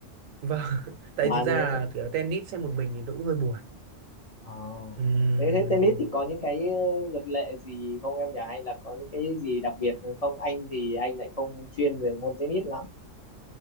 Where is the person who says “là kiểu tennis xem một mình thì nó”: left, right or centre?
Right